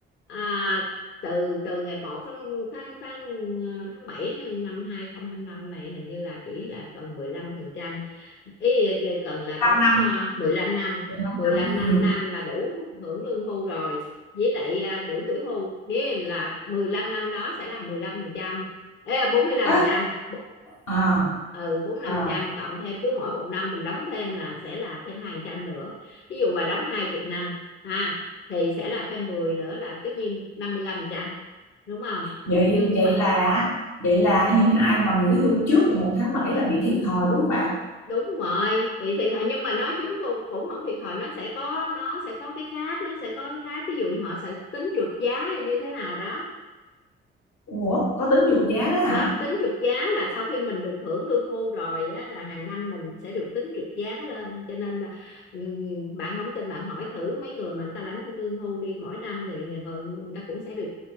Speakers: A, on the left; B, on the left.
A: à, từ từ ngày một tháng tháng tháng ờ, tháng 7 năm 2025 này hình như là chỉ là còn 15 phần trăm ý kìa, cần là
B: 15
A: đóng
B: năm
A: uh, 15 năm
B: 15
A: mười lăm
B: năm
A: năm
B: ừ.
A: năm là đủ hưởng lương hưu rồi với lại à, đủ tuổi hưu nếu là 15 năm đó sẽ là mười lăm phần trăm, Ê, 45%
B: Ế,
A: 45% ừ bốn mươi
B: à,
A: lăm phần
B: à.
A: trăm cộng thêm cứ mỗi một năm mình đóng thêm là sẽ là thêm hai phần trăm nữa ví dụ bà đóng 20 năm ha thì sẽ là thêm 10 nữa là tất nhiên 55%, đúng không
B: vậy
A: nhưng
B: vậy
A: mà
B: là vậy là những ai mà nghỉ hưu trước ngày một tháng 7 là bị thiệt thòi đúng không bà?
A: đúng rồi thì thiệt thòi nhưng mà nói chúng cũng cũng không thiệt thòi nó sẽ có nó sẽ có cái khác nó sẽ có cái khác ví dụ như họ sẽ tính trượt giá hay như thế nào đó
B: Ủa có tính trượt giá đó
A: có
B: hả?
A: tính trượt giá là sau khi mình được hưởng lương hưu rồi á, là hàng năm mình sẽ được tính trượt giá lên cho nên là ừm, bạn không tin bạn hỏi thử mấy người mà người ta lãnh lương hưu đi mỗi năm thì họ- người ta cũng sẽ được